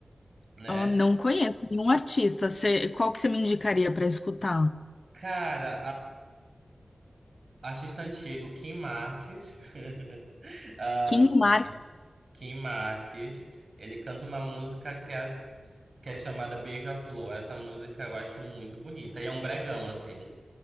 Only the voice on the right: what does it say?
né?
Cara, Artista antigo, Kim Marques. <laughs> Ah,
Kim Marques. Ele canta uma música que é, que é chamada Beija-Flor. Essa música eu acho muito bonita. E é um bregão, assim.